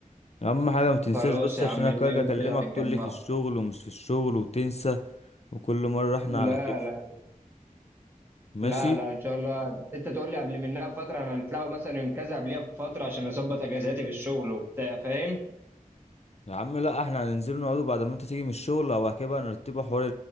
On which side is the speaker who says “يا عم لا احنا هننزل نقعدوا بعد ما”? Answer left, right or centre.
Left